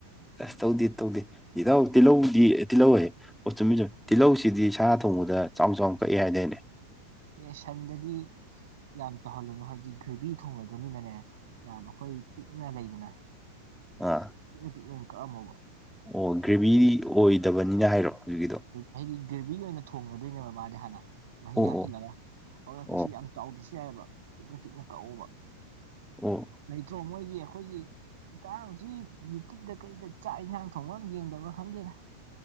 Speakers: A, in the centre; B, on the right (about 55°).
A: ꯑꯁ ꯇꯧꯗꯤ ꯇꯧꯗꯤ ꯏꯙꯧ ꯇꯤꯜꯍꯧꯗꯤ ꯑꯦ ꯇꯤꯜꯍꯧꯍꯥꯢꯋꯦ ꯑꯣ ꯆꯨꯝꯃꯤ ꯆꯨꯝꯃꯤ ꯇꯤꯜꯍꯧꯁꯤꯗꯤ ꯁꯥ ꯊꯣꯡꯕꯗ ꯆꯥꯎꯅ ꯆꯥꯎꯅ ꯀꯛꯑꯦ ꯍꯥꯏꯗꯅꯦ <inaudible>
B: ꯑꯦ ꯁꯟꯗꯗꯤ ꯌꯥꯝ ꯇꯧꯍꯜꯂꯨꯅꯨ ꯍꯥꯏꯗꯤ ꯒ꯭ꯔꯦꯚꯤ ꯊꯣꯡꯕꯗꯣꯏꯅꯤꯅꯅꯦ ꯌꯥꯝ ꯑꯩꯈꯣꯏ ꯄꯤꯛꯅ ꯂꯩꯗꯅ
A: ꯑꯥ
B: ꯄꯤꯛꯅ ꯄꯤꯛꯅ ꯑꯣꯏꯅ ꯀꯛꯑꯝꯃꯣꯕ
A: ꯑꯣ ꯒ꯭ꯔꯦꯚꯤ ꯑꯣꯏꯗꯕꯅꯤꯅ ꯍꯥꯏꯔꯣ ꯍꯧꯖꯤꯛꯀꯤꯗꯣ
B: ꯍꯥꯏꯗꯤ ꯒꯦꯚꯔꯤ ꯑꯣꯏꯅ ꯊꯣꯡꯒꯗꯣꯏꯅꯦꯕ ꯃꯥꯗꯤ ꯍꯥꯟꯅ ꯃꯍꯤ
A: ꯑꯣ
B: ꯍꯥꯞꯆꯤꯜꯂꯒ
A: ꯑꯣ
B: ꯑꯗꯨꯅ ꯀꯩꯁꯨ
A: ꯑꯣ
B: ꯌꯥꯝ ꯆꯥꯎꯗ꯭ꯔꯁꯨ ꯌꯥꯏꯑꯦꯕ ꯄꯤꯛꯅ ꯄꯤꯛꯅ ꯀꯛꯑꯣꯕ
A: ꯑꯣ
B: ꯂꯩꯇ꯭ꯔꯣ ꯃꯣꯏꯒꯤ ꯑꯩꯈꯣꯏꯒꯤ ꯏꯇꯥꯎꯁꯤ ꯌꯨꯇꯨꯞꯇ ꯀꯩꯗ ꯆꯥꯛ ꯌꯦꯟꯁꯥꯡ ꯊꯣꯡꯕ ꯑꯃ ꯌꯦꯡꯗꯕ꯭ꯔꯥ ꯈꯪꯗꯦꯗ